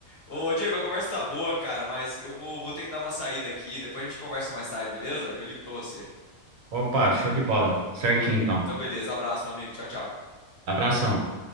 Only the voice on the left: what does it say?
Ô, Diego, a conversa tá boa, cara, mas eu vou, vou ter que dar uma saída aqui. Depois a gente conversa mais tarde, beleza? Eu ligo pra você.
Então,
então beleza. Abraço, meu amigo. Tchau, tchau.